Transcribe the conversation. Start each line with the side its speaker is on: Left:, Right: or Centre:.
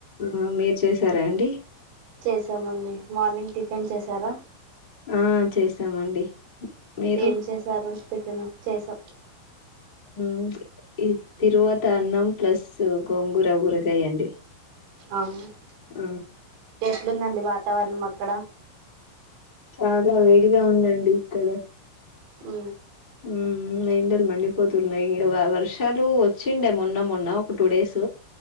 Left: ఆ మీర్ చ్ చేసారా అండి
Right: చేసామండి మార్నింగ్ టిఫిన్ చేశారా
Left: ఆ చేసామండి మీరు
Right: ఏం చేసారు టిఫన్ చేసాం
Left: ఉమ్ ఈ తిరువాత అన్నం ప్లస్ గోంగూర ఊరగాయ అండి
Right: అవున
Left: ఉ
Right: ఏట్లుందండి వాతావరణం అక్కడ
Left: చాలా వేడిగా ఉందండి ఇక్కడ
Right: ఉ
Left: ఉమ్ మెయిన్ ల్ మండి పోతున్నాయి వ వర్షాలు ఊ వచ్చిండే మొన్న మొన్న ఒక టూ డేస్